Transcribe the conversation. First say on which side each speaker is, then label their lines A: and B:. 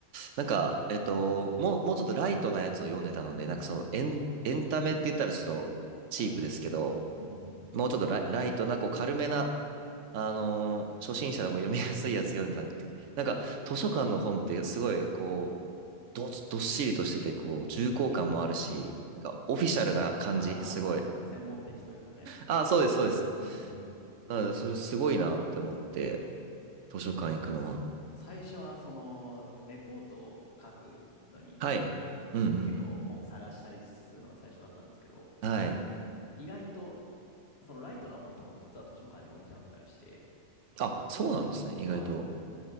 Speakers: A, on the right; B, on the left.
A: なんか、えっと、もう、もうちょっとライトなやつを読んでたので、なんかそのエン、エンタメって言ったらちょっとチープですけど、
B: はい。うんうん。
A: もうちょっとライ、ライトなこう軽めなあのー初心者でも読みやすいやつ読んでたんでって。なんか、図書館の本ってすごい、こう、ど、どっしりとしてて、こう、重厚感もあるし、なんか、オフィシャルな感じ、
B: ああ、
A: すごい。
B: 専門的というかね。
A: ああ、そうです、そうです。
B: うん。
A: なので、それすごいなって思って、図書館行くのは。
B: 最初はそのレポートを書くのに
A: はい。うんうんう
B: 結構本探したりするのが最初だったんですけど、
A: ん。はい。
B: 意外とそのライトな本とかも実は図書館に置いてあったりして、
A: あ、そうなんですね、意外と。
B: はい。